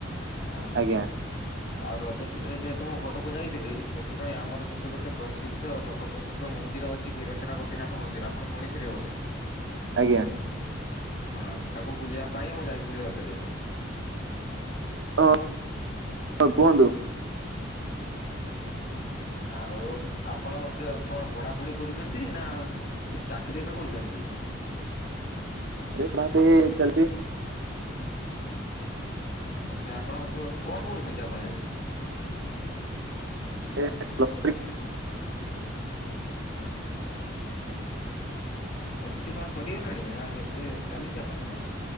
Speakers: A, on the left (about 45°); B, on the right (about 70°).
A: ଆଉ
B: ଜ୍ଞା
A: ଆଉ ରଜ ଛୁଟିରେ ଯେହେତୁ ମୁଁ ଘରକୁ ଯାଇଥିଲି ସେଥିପାଇଁ ଆମର ସେଠି ଗୋଟେ ପ୍ରସିଦ୍ଧ ଲ ଏକ ପ୍ରସିଦ୍ଧ ମନ୍ଦିର ଅଛି ଖୀରଚୋରା ଗୋପୀନାଥ ମନ୍ଦିର ଆପଣ ଶୁଣିଥିବେ ବୋଧେ?
B: ଆଜ୍ଞା
A: ହଁ ସେଠାକୁ ବୁଲିବା ପାଇଁ ମୁଁ ଯାଇଥିଲି ରଜରେ।
B: ହଁ ହ କୁହନ୍ତୁ।
A: ଆଉ ଆପଣ କ କଣ ପଢାପଢି କରୁଛନ୍ତି ନା କିଛି ଚାକିରି ଏବେ କରୁଛନ୍ତି?
B: <unintelligible> ଚାଲଚି।
A: ଆଚ୍ଛା ଆପଣଙ୍କ କଣ ପଢୁଛନ୍ତି ଆପଣ ଏବେ?
B: ଏ ପ୍ଲସ ଥ୍ରୀ
A: ପ୍ଲସ୍ ଥ୍ରୀ କଣ ସରିଗଲାଣି ଆ କେତେ ଚାଲିଛି ଆପଣଙ୍କର?